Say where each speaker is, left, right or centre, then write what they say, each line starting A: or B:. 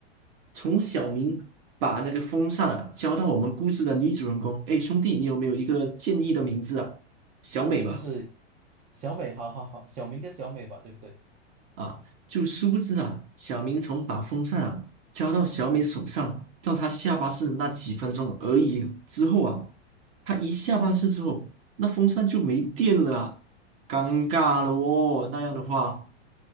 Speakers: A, on the right; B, on the right.
A: 从小明把那个风扇啊交到我们故事的女主人公，哎，兄弟，你有没有一个建议的名字啊？小美吧。
B: 就是小美，好好好，小明跟小美吧，对不对？
A: 啊，就殊不知啊，小明从把风扇啊交到小美手上，到她下巴式那几分钟而已啊之后啊，她一下巴士之后，那风扇就没电了啊，尴尬了哦。那样的话，